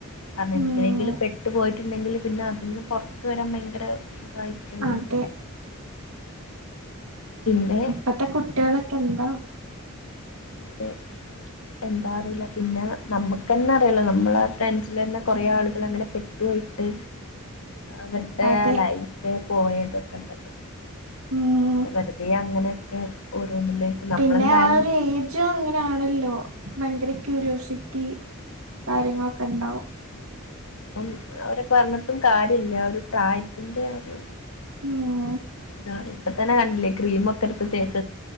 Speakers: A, on the left (about 75°); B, on the right (about 70°).
A: കാരണം എന്തിനെങ്കിലും
B: ഉം
A: പെട്ട് പോയിട്ടുണ്ടെങ്കിൽ പിന്നെ അതിന്ന് പൊറത്ത് വരാൻ ഭയങ്കര ഇതായിരിക്കല്ലോ
B: അതെ
A: പിന്നെ
B: ഇപ്പത്തെ കുട്ടാളൊക്കെ എന്താ
A: അതെ എന്താ അറിലാ പിന്നെ നമ്മക്കെന്നെ അറിയാലൊ നമ്മളെ ഫ്രണ്ടസ്‌ലെന്നെ കൊറേ ആളുകൾ അങ്ങനെ പെട്ട് പോയിട്ട് അവര്ടെ
B: അതെ
A: ലൈഫെ പോയതൊക്കെ തന്നെ
B: ഉം
A: വെറുതെ അങ്ങനെയൊക്കെ ഓരോന്നിലേക്ക് നമ്മളെന്തായാലും
B: പിന്നെ ആ ഒരു ഏജും അങ്ങനെയാണല്ലോ ഭയങ്കര ക്യൂരിയോസിറ്റി കാര്യങ്ങളൊക്കെ ഇണ്ടാവും
A: അപ്പോ അവരെ പറഞ്ഞിട്ടും കാര്യയില്ല ഒരു പ്രായത്തിന്റെ ഒരു
B: മ്മ്
A: താ ഇപ്പ തന്നെ കണ്ടിലെ ക്രീമൊക്കെ ഇട്ത്ത് തേച്ച്